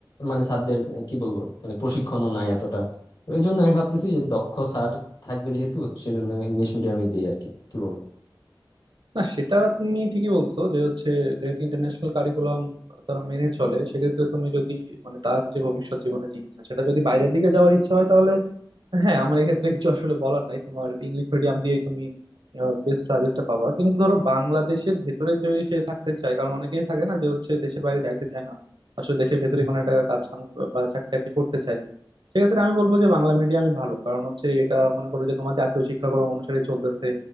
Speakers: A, on the left; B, on the right.
A: মানে স্যারদের কি বলবো মানে প্রশিক্ষণও নাই এতটা তো এই জন্য আমি ভাবতেছি যে দক্ষ স্যার থাকবে যেহেতু সেজন্য ইংলিশ মিডিয়ামে দিই আর কি কি
B: না সেটা তুমি ঠিকই বলছো যে হচ্ছে যেহেতু ইন্টারন্যাশনাল কারিকুলাম তারা মেনে চলে সেক্ষেত্রে তুমি যদি মানে তার যে ভবিষ্যৎ জীবনে যে ইচ্ছা সেটা যদি বাইরের দিকে যাওয়ার ইচ্ছা হয় তাহলে হ্যাঁ আমার এক্ষেত্রে কিছু আসলে বলার নাই তোমার ইংলিশ মিডিয়াম দিয়েই তুমি বেস্ট সার্ভিসটা পাবা কিন্তু ধরো বাংলাদেশের ভেতরে যদি সে থাকতে চায় কারণ অনেকেই থাকে না যে হচ্ছে দেশের বাইরে যাইতে চায় না আসলে দেশের ভেতরে
A: বলো
B: কোনো একটা কাজ কাম বা চাকরি টাকরি করতে চায় সেক্ষেত্রে আমি বলবো যে বাংলা মিডিয়ামই ভালো কারণ হচ্ছে এটা মনে করো যে তোমার জাতীয় শিক্ষাক্রম অনুসারে চলতেছে